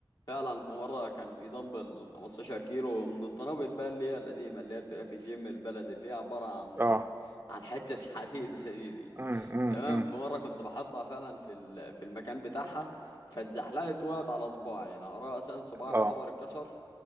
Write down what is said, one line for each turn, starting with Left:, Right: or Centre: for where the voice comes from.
Left: فعلا في مرة كان في دمبل 15 كيلو من الدنابل بقى اللي هي القديمة اللي هي بتبقى في جيم البلد اللي هي عبارة عن
Right: آه.
Left: عن حتة حديد <laughs> دي, دي
Right: إمم، إمم،
Left: تمام
Right: إمم.
Left: في مرة كنت بحطها فعلا في ال... في المكان بتاعها فاتزحلقت وقعت على صباعي يعني أقرأ أساسا صباعي
Right: آه،
Left: يعتبر اتكسر